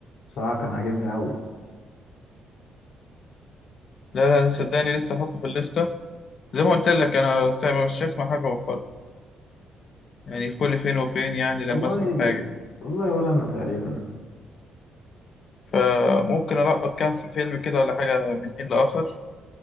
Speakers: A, on the left; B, on the left.
A: بصراحة كان عاجبني قوي
B: لا لا صدقني لسه احطه في الليسته زي ما قلت لك انا سا- مش هسمع حاجه مؤخرا يعني كل فين وفين يعني لما
A: والله
B: اسمع حاجه
A: والله ولا انا تقريبا
B: فممكن القط كام في- فيلم كده ولا حاجه من حين لاخر